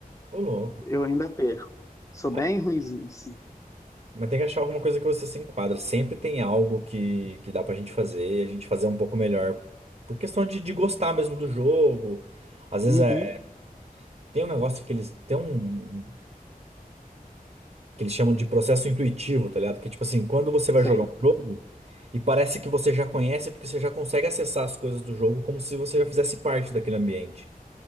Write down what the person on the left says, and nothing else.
eu ainda perco. Sou
bem ruinzinho, assim.
Uhum,
sei.